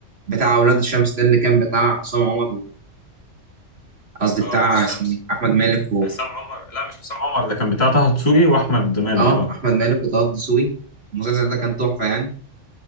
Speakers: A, on the right; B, on the left.
A: بتاع اولاد الشمس ده اللي كان بتاع عصام عمر و- قصدي
B: اه
A: بتاع
B: ولاد الشمس
A: اسمه ايه احمد مالك
B: عصام عمر لا مش عصام عمر ده كان بتاع طه دسوقي واحمد مالك
A: اه
B: اه
A: احمد مالك وطه الدسوقي المسلسل ده كان تحفه يعني